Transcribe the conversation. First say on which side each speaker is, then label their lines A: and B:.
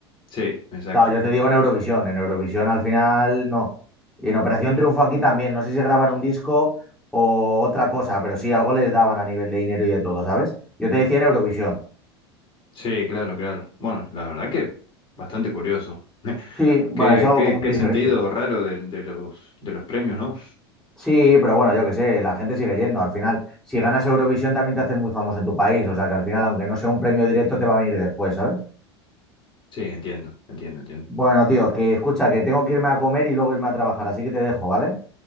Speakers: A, on the left; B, in the centre.
A: Sí, exacto.
B: Claro, yo te digo en Eurovisión. En Eurovisión al final no. Y en Operación Triunfo aquí también. No sé si se graban un disco o otra cosa, pero sí algo les daban a nivel de dinero y de todo, ¿sabes? Yo te decía en Eurovisión.
A: Sí, claro, claro. Bueno, la verdad que bastante curioso. <laughs>
B: Sí, bueno,
A: Qué,
B: es algo
A: qué,
B: como muy
A: qué sentido
B: diferente.
A: raro de, de los, de los premios, ¿no?
B: Sí, pero bueno, yo qué sé, la gente sigue yendo. Al final, si ganas Eurovisión también te haces muy famoso en tu país. O sea que al final, aunque no sea un premio directo, te va a venir después, ¿sabes?
A: Sí, entiendo, entiendo, entiendo.
B: Bueno, tío, que escucha, que tengo que irme a comer y luego irme a trabajar, así que te dejo, ¿vale?